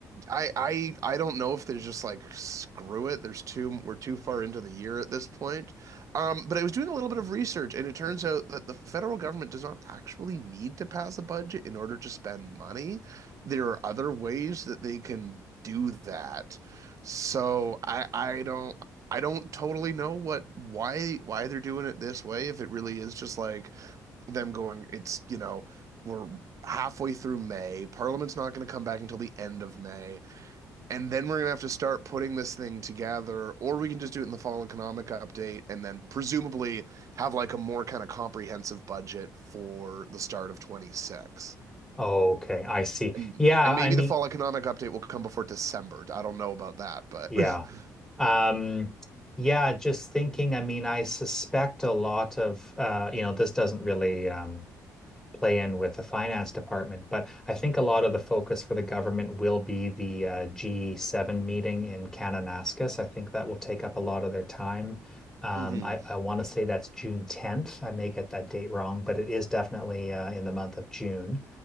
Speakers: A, on the right; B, in the centre.
A: I I I don't know if there's just like screw it. There's too we're too far into the year at this point. Um, but I was doing a little bit of research, and it turns out that the federal government does not actually need to pass a budget in order to spend money. There are other ways that they can do that. So I I don't I don't totally know what why why they're doing it this way. If it really is just like them going, it's you know we're halfway through May. Parliament's not going to come back until the end of May. And then we're gonna have to start putting this thing together, or we can just do it in the fall economic update and then presumably have like a more kind of comprehensive budget for the start of 26.
B: Okay, I see.
A: And
B: Yeah,
A: and
B: I
A: maybe
B: mean,
A: the fall economic update will come before December. I don't know about that, but
B: yeah.
A: <laughs>
B: Um, yeah, just thinking, I mean, I suspect a lot of uh, you know, this doesn't really um play in with the finance department. But I think a lot of the focus for the government will be the uh, G7 meeting in Kananaskis. I think that will take up a lot of their time. Um,
A: Mhm.
B: I, I want to say that's June 10th. I may get that date wrong, but it is definitely uh, in the month of June.